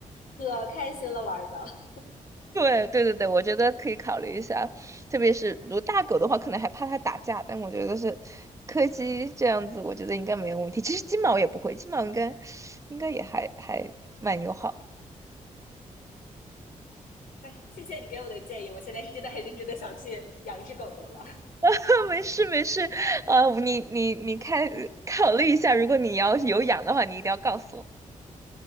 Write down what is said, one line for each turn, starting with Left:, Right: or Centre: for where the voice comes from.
Left: 可开心了玩儿的。<laughs>
Right: 对对对对，我觉得可以考虑一下，特别是如果大狗的话，可能还怕它打架，但我觉得是柯基这样子，我觉得应该没有问题。其实金毛也不会，金毛应该应该也还还蛮友好。
Left: 哎，谢谢你给我的建议，我现在是真的很认真的想去养一只狗狗了。
Right: <laughs> 没事没事，啊，你你你看考虑一下，如果你要有养的话，你一定要告诉我。